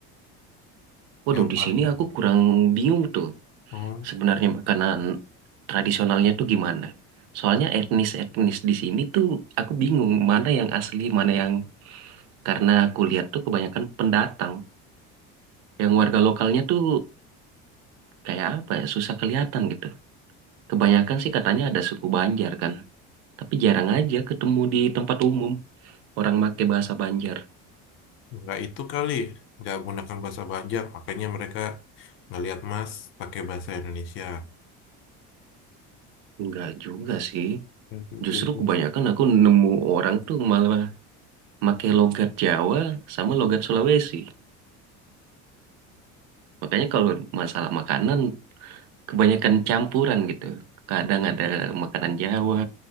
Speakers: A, on the right; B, on the left.
A: Waduh,
B: yang
A: di
B: paling
A: sini
B: terkenal?
A: aku kurang bingung tuh
B: Oh.
A: sebenarnya makanan tradisionalnya tuh gimana. Soalnya etnis-etnis di sini tuh aku bingung mana yang asli, mana yang karena aku lihat tuh kebanyakan pendatang. Yang warga lokalnya tuh kayak apa ya, susah kelihatan gitu. Kebanyakan sih katanya ada suku Banjar kan, tapi jarang aja ketemu di tempat umum orang make bahasa Banjar.
B: nggak itu kali, nggak menggunakan bahasa Banjar, makanya mereka ngelihat Mas pakai bahasa Indonesia.
A: Enggak juga sih.
B: Oke, oke,
A: Justru
B: oke.
A: kebanyakan aku nemu orang tuh malah pakai logat Jawa sama logat Sulawesi. Makanya kalau masalah makanan kebanyakan campuran gitu. Kadang ada makanan Jawa,